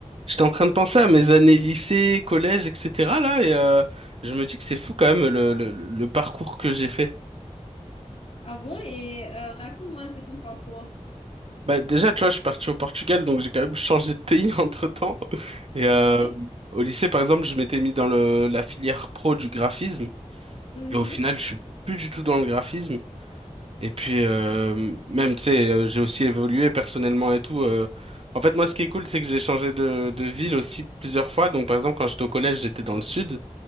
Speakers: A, on the right; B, on the left.
A: J'étais en train de penser à mes années lycée, collège, etc. là, et euh, je me dis que c'est fou quand même le, le, le parcours que j'ai fait.
B: Ah bon? Et euh, raconte-moi un peu ton parcours.
A: Bah, déjà, tu vois, je suis parti au Portugal, donc j'ai quand même changé de pays <laughs> entre-temps. Et euh,
B: Ouais,
A: au lycée, par exemple, je m'étais mis dans le, la filière pro du graphisme.
B: Mhm,
A: Et au final, je suis plus du tout dans le graphisme. Et puis, euh, même, tu sais, euh, j'ai aussi évolué personnellement et tout. euh. En fait, moi, ce qui est cool, c'est que j'ai changé de, de ville aussi plusieurs fois. Donc, par exemple, quand j'étais au collège, j'étais dans le sud.